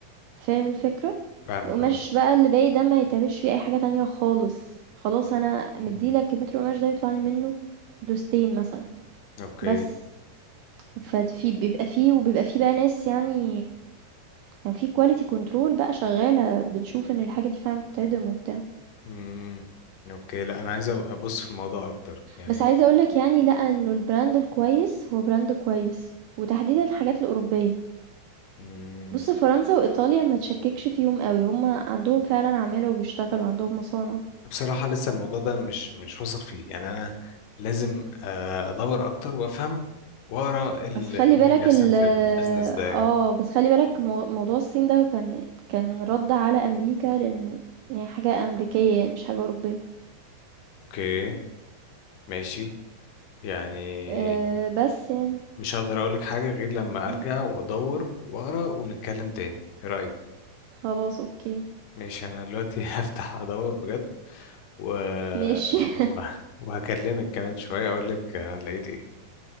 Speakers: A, on the right (about 90°); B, on the left (about 70°).
A: فاهم الفكرة
B: فاهمك
A: القماش
B: اه
A: بقى اللي باقي ده ما يتعملش بيه اي حاجة تانية خالص خلاص انا مديلك
B: مم.
A: المتر القماش ده يطلع لي منه بلوستين مثلا
B: اوكي
A: بس ففي بيبقى فيه وبيبقى فيه بقى ناس يعني يعني في كواليتي كنترول بقى شغالة بتشوف ان الحاجة دي فعلا بتتعدم وبتاع
B: امم اوكي لا انا عايز أبقى ابص في الموضوع اكتر يعني
A: بس عايزة اقولك يعني لأ انه البراند الكويس هو براند كويس وتحديدا الحاجات الأوروبية
B: مم.
A: بص فرنسا وإيطاليا ما تشككش فيهم قوي هما عندهم فعلا عمالة وبيشتغلوا عندهم مصانع
B: بصراحة لسه الموضوع ده مش مش واثق فيه يعني أنا لازم آه، أدور أكتر وأفهم وأقرأ ال-
A: بس خلي
B: إيه اللي
A: بالك
B: بيحصل
A: ال
B: في البيزنس ده
A: اه
B: يعني
A: بس خلي بالك مو- موضوع الصين ده كان كان رد على أمريكا لأن هي حاجة أمريكية يعني مش حاجة أوروبية
B: أوكي ماشي يعني
A: أه بس يعني
B: مش هقدر أقولك حاجة غير لما
A: <laughs> مهم.
B: أرجع وأدور وأقرأ ونتكلم تاني إيه رأيك؟
A: خلاص اوكي
B: ماشي أنا دلوقتي <laughs> هفتح أدور بجد و...
A: ماشي <laughs>
B: و... وهكلمك كمان شوية أقولك أنا لقيت إيه